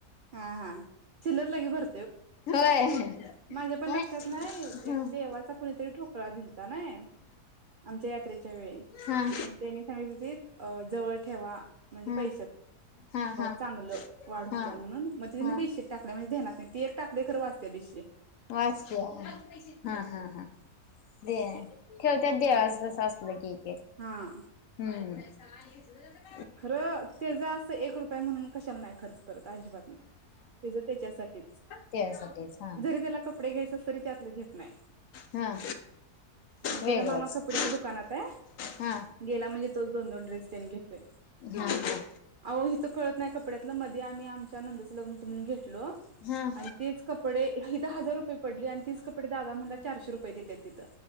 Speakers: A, on the right; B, on the left.
A: हा, हा चिलर लगे भर
B: होय
A: माझ्या पण
B: नाही
A: लक्षात नाही
B: ह.
A: एक देवाचा कुणीतरी ठोकळा दिलता नाही आमच्या यात्रेच्या वेळी
B: हा हा
A: मग त्यांनी सांगित जवळ ठेवा म्हणजे
B: हा
A: पैशात
B: हा हा
A: चांगलं वाढ होत्या
B: हा.
A: म्हणून मग तुम्ही
B: हा
A: बेशी टाकल्या म्हणजे ध्येना नाही ती एक टाकले खरं वाचते बिशी
B: वाचते हा हा हा देआ खेळ त्या देआ असस असलं की! के
A: हा
B: हम्म. काय हेज
A: खरं ते जा असं एक रुपये म्हणून कशाला नाही खर्च करत. त अजिबात नाही, हिजा त्याच्यासाठीच
B: त्यासाठीच हा
A: जरी त्याला कपडे घ्यायचे तरी त्यातलं घेत नाही
B: हा
A: आणि त्याचा
B: वेगळंच
A: मामा कपड्याच्या दुकानात आहे,
B: हा
A: गेला म्हणजे तोच दोन-दोन ड्रेस त्यांनी गीन
B: हा हा
A: आव हिथं कळत नाही कपड्यातल मध्ये आम्ही आमच्या नंदचं लग्न होत म्हणून घे टलो
B: हा.
A: आणि तेच कपडे हिथं हजार रुपये पडले आणि तीच कपडे दादा म्हणला चारशे रुप पहिले त्या तिथं